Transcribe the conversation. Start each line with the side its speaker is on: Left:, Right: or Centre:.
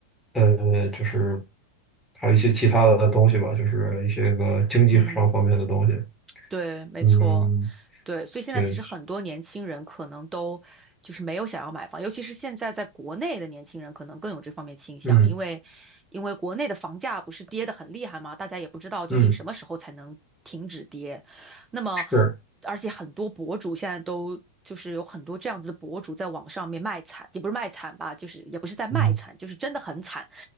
Centre: 呃，就是还有一些其他的东西吧，就是一些个经济上方面的东西。
Right: 嗯。嗯对，没错，
Centre: 嗯，
Right: 对，所以现在其实很多年轻人可能都就是没有想要买房，
Centre: 对，
Right: 尤其是现在在国内的年轻人可能更有这方面倾向，
Centre: 嗯
Right: 因为因为国内的房价不是跌得很厉害嘛，大家也不知道究竟什么时候才能停止跌，
Centre: 嗯
Right: 那么，
Centre: 是，
Right: 而且很多博主现在都就是有很多这样子的博主在网上面卖惨，也不是卖惨吧，就是也不是在卖惨，
Centre: 嗯
Right: 就是真的很惨。